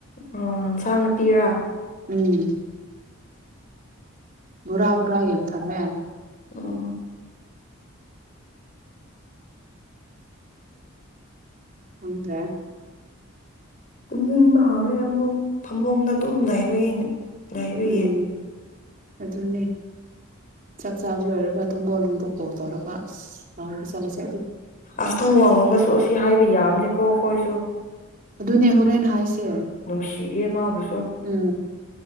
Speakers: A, on the left (about 40°); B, on the right (about 40°).
A: ꯑꯣ ꯑꯦꯟꯁꯥꯡꯅꯄꯤꯔ
B: ꯎꯝ ꯕꯣꯔꯥ ꯕꯣꯔꯥ ꯌꯥꯝ ꯊꯝꯃꯦ
A: ꯑꯣ
B: ꯈꯪꯗꯦ
A: ꯇꯨꯝꯅꯤꯡꯕ ꯍꯧꯔꯦ ꯑꯃꯨꯛ ꯐꯃꯨꯡꯗ ꯑꯗꯨꯝ ꯂꯩꯕꯒꯤꯅꯦ ꯂꯩꯕꯒꯤ
B: ꯎꯝ ꯑꯗꯨꯅꯦ ꯆꯥꯛ ꯆꯥꯕ ꯂꯣꯏꯔꯒ ꯊꯣꯡꯒꯣꯜ ꯅꯨꯡꯕꯣꯛ ꯀꯣ ꯇꯧꯔꯒ ꯑꯁ ꯂꯎꯗ ꯆꯠꯂꯁꯤ
A: ꯑꯁꯊꯪ ꯋꯥꯡꯂꯣꯝꯒꯁꯨ ꯑꯁꯤ ꯍꯥꯏꯕ ꯌꯥꯕꯅꯤꯀꯣ ꯍ ꯍꯣꯏꯁꯨ
B: ꯑꯗꯨ ꯅꯦꯍꯣꯔꯦꯟ ꯍꯥꯏꯁꯦ
A: ꯅꯨꯡꯁꯤꯌꯦ ꯃꯥꯕꯨꯁꯨ
B: ꯎꯝ